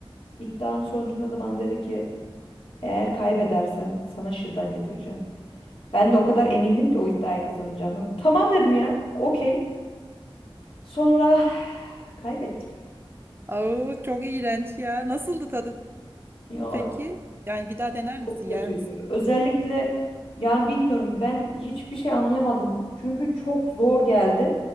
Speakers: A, on the left; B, on the right.
A: İddianın sonucunda da bana dedi ki Eğer kaybedersen sana şırdan yedireceğim. Ben de o kadar emindim ki o iddiayı kazanacağımdan. Tamam dedim ya. Okey. Sonra <sighs> kaybettim.
B: au, çok iğrenç ya. Nasıldı tadı
A: Ya
B: peki? Yani bir daha dener misin,
A: çok kötüydü.
B: yer misin?
A: Özellikle yani bilmiyorum ben hiçbir şey anlayamadım. Çünkü çok zor geldi.